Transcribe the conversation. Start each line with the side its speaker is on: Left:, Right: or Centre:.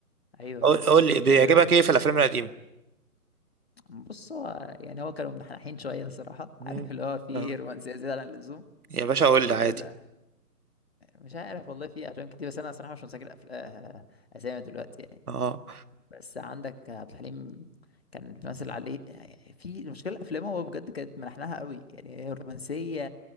Left: ايوه
Right: قول قول لي بيعجبك
Left: ايوه
Right: ايه في الافلام القديمه
Left: بص هو يعني هو كانوا منحنحين شويه الصراحه
Right: مم.
Left: عارف اللي هو في
Right: اه
Left: رومانسيه زياده عن اللزوم
Right: يا باشا قول
Left: بالذات
Right: لي عادي
Left: لا مش عارف والله في افلام كتير بس انا صراحه مش متذكر أفل... آه، اسامي دلوقتي يعني
Right: اه
Left: بس عندك عبد الحليم كان بيمثل عليه يعني في المشكله الافلام هو بجد كانت ملحنها قوي يعني هي رومانسيه